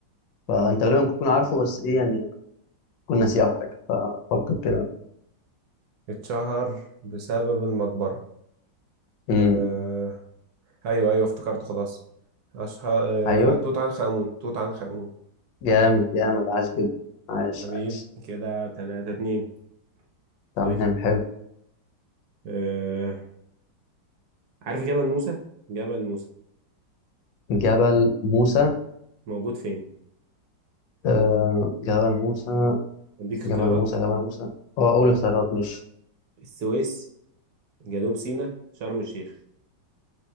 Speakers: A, on the right; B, on the left.
A: اه
B: فانت غالبا كنت تكون عارفه بس ايه يعني كنا ناسيه او حاجه ففكر كده
A: اتشهر بسبب المقبرة
B: امم
A: آه. ايوه ايوه افتكرت خلاص اشهر آه.
B: ايوه
A: توت عنخ آمون توت عنخ آمون
B: جامد جامد عاش جدا عاش
A: حبيبي
B: عاش
A: كده تلاتة اتنين
B: تمام
A: طيب
B: حلو
A: آه. عارف جبل موسى جبل موسى
B: جبل موسى
A: موجود فين
B: أه جبل موسى
A: اديك اختيارات
B: جبل موسى جبل موسى اه أول اختيارات مش
A: السويس جنوب سيناء شرم الشيخ